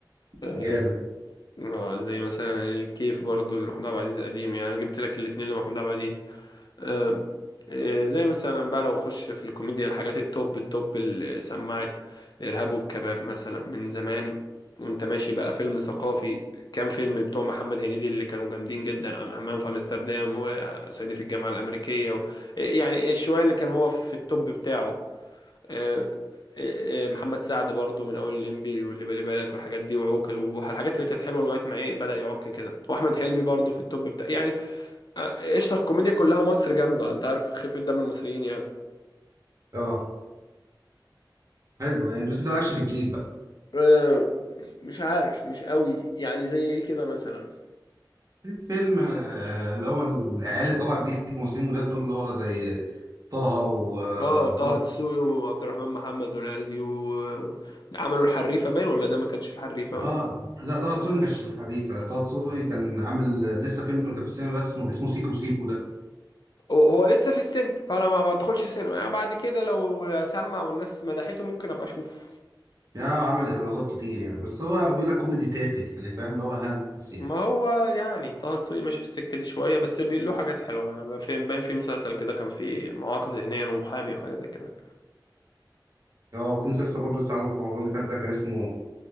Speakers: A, on the left (about 60°); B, on the right (about 45°).
A: آه
B: جامد
A: آه، زي مثلا الكيف برضو لمحمود عبد العزيز قديم يعني أنا جبت لك الاتنين لمحمود عبد العزيز آه، آه، زي مثلا بقى لو اخش في الكوميديا الحاجات التوب التوب اللي سمعت الارهاب والكباب مثلا من زمان وانت ماشي بقى فيلم ثقافي كام فيلم بتوع محمد هنيدي اللي كانوا جامدين جدا همام في امستردام وصعيدي في الجامعة الأمريكية و... آه، يعني شوية اللي كان هو في التوب بتاعه آه، آه، آه، محمد سعد برضو من اول الليمبي واللي بالي بالك والحاجات دي وعوكل وبوحة الحاجات اللي كانت حلوه لغايه ما ايه بدأ يعك كده واحمد حلمي برضو في التوب بتاع يعني آه، قشطة الكوميديا كلها مصر جامدة انت عارف خفة دم المصريين يعني
B: اه حلو يعني بس انت مالكش في الجديد بقى
A: آه، مش عارف مش قوي يعني زي ايه كده مثلا
B: في فيلم آه، اللي هو العيال اللي طالعه جديد الممثلين جداد دول اللي هو زي طه و آه،
A: اه طه
B: طه
A: دسوقي وعبد الرحمن محمد والعيال دي وعملوا الحريفة باين ولا ده ما كانش الحريفة
B: اه
A: ولا
B: لا طه دسوقي ما كانش في الحريفه طه دسوقي كان عامل آه، لسه فيلم كان في السينما دلوقتي اسمه اسمه سيكو سيكو ده
A: هو هو لسه في السن فانا ما بدخلش سينما يعني بعد كده لو سمع والناس مدحته ممكن ابقى اشوفه
B: يعني هو عمل ايرادات كتير يعني بس هو بيقول لك كوميدي تافه يعني فاهم اللي هو هلس يعني
A: ما هو يعني طه دسوقي ماشي في السكة دي شوية بس بي- له حاجات حلوة يعني في- باين في مسلسل كده كان فيه مواقف ذهنيا ومحامي وحاجة زي كده
B: اه في مسلسل برضه لسه عامل في رمضان اللي فات ده كان اسمه